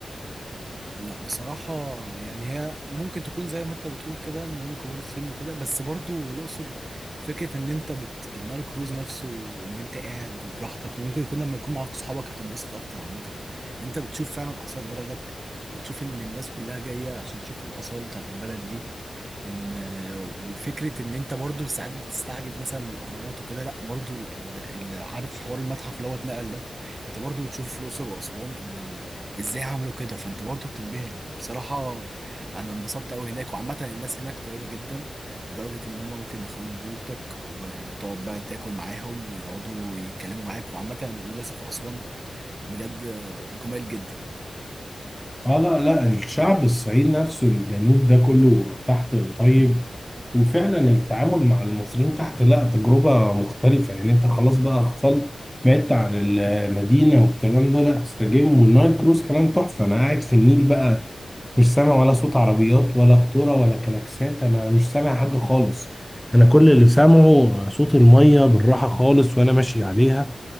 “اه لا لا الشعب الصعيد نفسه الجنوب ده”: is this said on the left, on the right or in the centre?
Centre